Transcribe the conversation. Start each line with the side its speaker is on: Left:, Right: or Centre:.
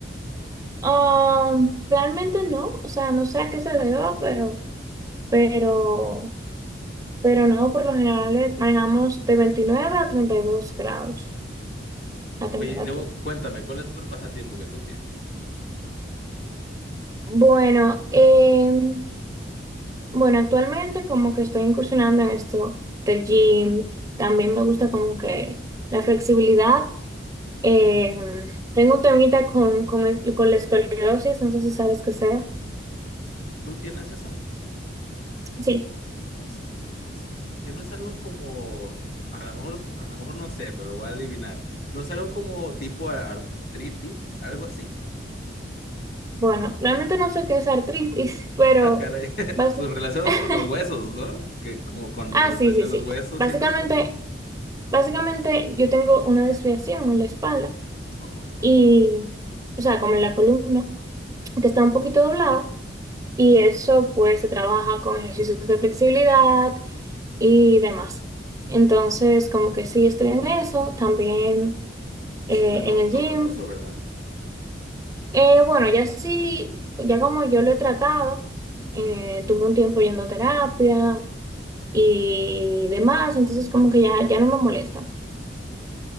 Right: Um, realmente no, o sea, no sé a qué se deba, pero, pero... Pero no, por lo general eh, manejamos de 29 a 32 grados la temperatura.
Left: Oye, y luego cuéntame, ¿cuál es otro pasatiempo que tú tienes?
Right: Bueno, em, bueno, actualmente como que estoy incursionando en esto del gym. También me gusta como que la flexibilidad. Em, tengo un temita con, con, el- con la escoliosis, no sé si sabes qué sea.
Left: ¿Tú tienes eso?
Right: Sí,
Left: Esclerosis, que no es algo como, a lo mejor, a lo mejor no sé, pero lo voy a adivinar. ¿No es algo como tipo a- artritis? ¿Algo así?
Right: bueno, realmente no sé qué es artritis, pero
Left: Ah, caray. <laughs>
Right: básicamente...
Left: Pues relacionado
Right: <laughs>
Left: con los huesos, ¿no? Que como cuando
Right: Ah,
Left: les
Right: sí,
Left: duelen
Right: sí, sí.
Left: los huesos
Right: Básicamente,
Left: y esas cosas.
Right: básicamente yo tengo una desviación en la espalda.
Left: Oh,
Right: y, o sea, como en la columna, que está un poquito doblada, y eso pues se trabaja con ejercicios de flexibilidad y demás. Entonces, como que sí estoy en eso, también
Left: eso
Right: eh,
Left: es dolo-
Right: en el
Left: doloroso,
Right: gym.
Left: ¿verdad?
Right: Eh, bueno, ya sí, ya como yo lo he tratado, eh,
Left: Ujú.
Right: tuve un tiempo yendo a terapia y demás, entonces como que ya, ya no me molesta.